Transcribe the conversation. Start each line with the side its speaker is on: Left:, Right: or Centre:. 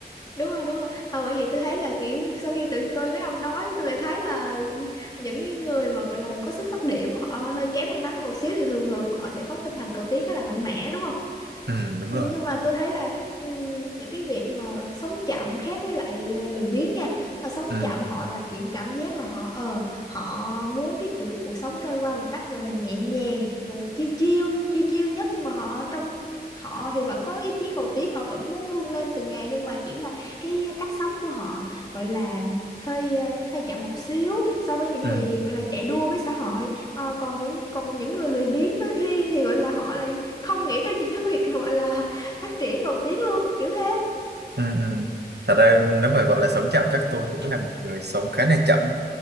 Left: đúng rồi đúng rồi Ờ, bởi vậy tôi thấy là kiểu sau khi tự tôi với ông nói tôi lại thấy là những cái người mà gọi là có sức phát điểm họ hơi kém may mắn hơn một xíu thì thường thường họ sẽ có tinh thần cầu tiến khá là mạnh mẽ đúng không
Right: ừ đúng
Left: Ừ,
Right: rồi
Left: nhưng mà tôi thấy là ừ, những cái việc mà sống chậm khác với lại à, lười biếng nha họ sống
Right: ừ
Left: chậm họ là kiểu cảm giác là họ ờ họ muốn cái kiểu cuộc sống trôi qua một cách gọi là nhẹ nhàng một chiêu chiêu chiêu chiêu nhất nhưng mà họ trong họ thì vẫn có ý chí cầu tiến họ vẫn muốn vươn lên từng ngày nhưng mà kiểu là cái cách sống của họ gọi là hơi à, hơi chậm một xíu so với những
Right: ừ
Left: người gọi là chạy đua với xã hội Ờ, còn với còn những người lười biếng nói riêng thì gọi là họ lại không nghĩ tới những cái việc gọi là phát triển cầu tiến luôn kiểu thế
Right: ừ ừ thật ra nếu mà gọi là sống chậm chắc tôi cũng là một người sống khá là chậm ấy.